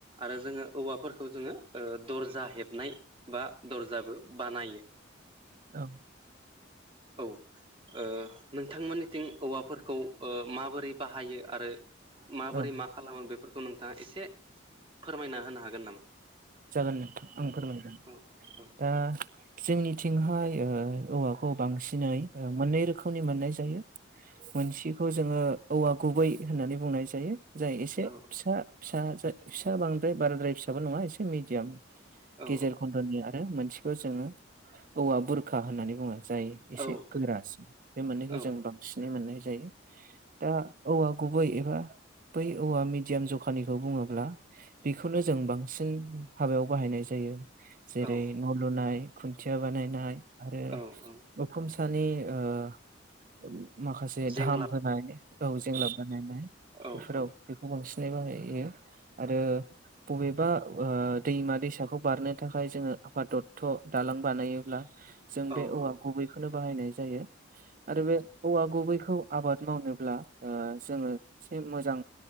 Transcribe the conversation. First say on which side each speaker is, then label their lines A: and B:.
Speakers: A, on the right; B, on the right.
A: आरो जोंङो औवाफोरखौ खौ ओ जोंङो दरजा हेबनाय बा दरजाबो बानायो
B: औ
A: औ ओ नोंथांमोननिथिं औवाफोरखौ ओ माबोरै बाहायो आरो
B: ओं
A: माबोरै मा खालामो बेफोरखौ नोंथाङा एसे फोरमायना होनो हागोन नामा
B: जागोन नोंथां आं फोरमायगोन
A: औ औ
B: दा जोंनिथिंहाय ओ औवाखौ बांसिनै मोननै रोखोमनि मोननाय जायो मोनसेखौ जोंङो औवा गुबै होननानै बुंनाय जायो <inaudible> <inaudible> जाय एसे
A: औ
B: फिसा फिसा फिसा बांद्राय बाराद्राय फिसाबो नङा एसे मिडियाम
A: औ
B: गेजेर खन्दनि आरो मोनसेखौ जोंङो औवा बुरखा होननानै बुङो जाय एसे
A: औ
B: गोरासिन बे मोननैखौ
A: औ
B: जों बांसिनै मोननाय जायो दा औवा गुबै बै औवा मिडयाम जखानिखौ बुङोब्ला बेखौनो जों बांसिन हाबायाव बाहायनाय जायो जेरै
A: औ
B: न लुनाय खुन्थिया बानायनाय आरो
A: औ औ
B: उखुम नि ओ माखासे
A: जेंलाब
B: थाम होनाय औ जेंलाब बानायनाय
A: औ
B: बेफोराव बेखौ बांसिन बाहायो आरो बबेबा दैमा दैसाखौ बारनो थाखाय जोंङो आफाद दत्त दालां बानायोब्ला जों बे
A: औ
B: औवा
A: औ
B: गुबैखौनो बाहायनाय जायो आरो बे औवा गुबैखौ खौ आबाद मावनोब्ला ओ जोंङो एसे मोजां